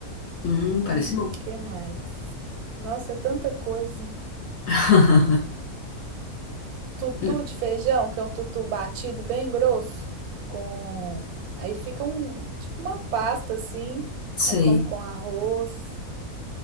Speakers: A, on the left; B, on the right.
A: Hum, parece
B: Hum,
A: bom.
B: que mais? Nossa, é tanta coisa.
A: <laughs>
B: tutu
A: Hum,
B: de feijão, que é um tutu batido bem grosso, com aí fica um tipo uma pasta assim,
A: Sei.
B: aí como com arroz.